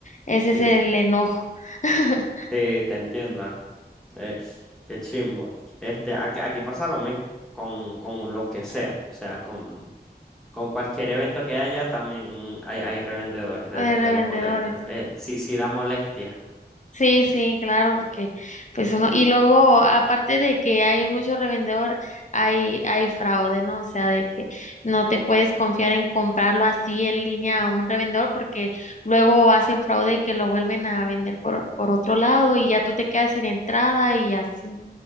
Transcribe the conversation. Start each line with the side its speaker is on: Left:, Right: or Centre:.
Left: Ese
Centre: Sí.
Left: es el enojo <laughs>
Centre: Sí, te entiendo. Eh, qué chimbo. Este, aquí, aquí pasa lo mismo con, con lo que sea. O sea, con, con cualquier evento que haya, también hay, hay revendedores de,
Left: de revendedores.
Centre: de los boletos. Eh, sí, sí da molestia.
Left: Sí, sí, claro, porque pues uno, y luego aparte de que hay mucho revendedor, hay, hay fraude, ¿no? O sea, de que no te puedes confiar en comprarlo así en línea a un revendedor porque luego hacen fraude que lo vuelven a vender por, por otro lado y ya tú te quedas sin entrada y así.